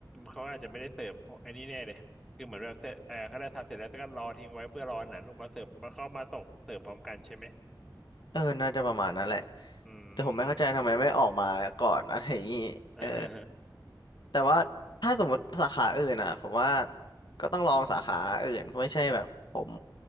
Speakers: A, in the centre; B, on the left (about 75°).
A: เขาอาจจะไม่ได้เสิร์ฟเพราะไอ้นี่แน่เลยคือเหมือนแบบเสร็จเออเขาได้ทำเสร็จแล้วก็รอทิ้งไว้เพื่อรอหนังลงมาเสิร์ฟมาเข้ามาส่งเสิร์ฟพร้อมกันใช่ไหม
B: เออน่าจะประมาณนั้นแหละ
A: อื
B: แต่ผมไม่เข้าใจทำไมไม่ออกมาก่อนอะไรอย่างงี้เออ
A: ม <laughs>
B: แต่ว่าถ้าสมมติสาขาอื่นอ่ะผมว่าก็ต้องลองสาขาอื่นไม่ใช่แบบผม